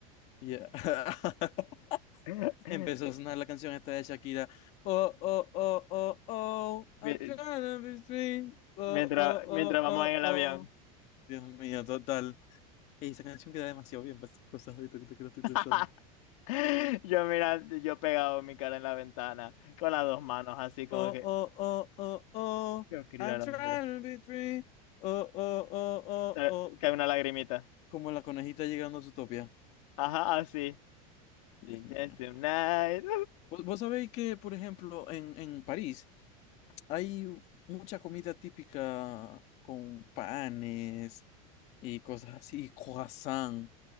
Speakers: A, on the left; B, on the left.
A: Ya. <laughs>
B: <laughs>
A: Empezó a sonar la canción esta de Shakira. Oh, oh, oh, oh, oh,
B: Mie-
A: I'm trying to be free. Oh,
B: Mientras,
A: oh, oh,
B: mientras vamos
A: oh,
B: en el
A: oh.
B: avión.
A: Dios mío, total. Ey, esa canción queda demasiado bien para esas cosas ahorita, ahorita que lo estoy
B: <laughs>
A: pensando.
B: <laughs> Yo, mira, yo pegado mi cara en la ventana con las dos manos, así como
A: Oh,
B: que
A: oh, oh, oh, oh.
B: yo quería
A: I'm
B: ir al
A: trying
B: hombre.
A: to be free. Oh, oh, oh, oh,
B: Eh,
A: oh.
B: Cae
A: co-
B: una lagrimita.
A: Como la conejita llegando a su topia.
B: Ajá, así.
A: Dios
B: Bien,
A: mío.
B: bien, Tonight.
A: Vos, vos sabéis que, por ejemplo, en, en París hay u- mucha comida típica con panes y cosas así, y croissant.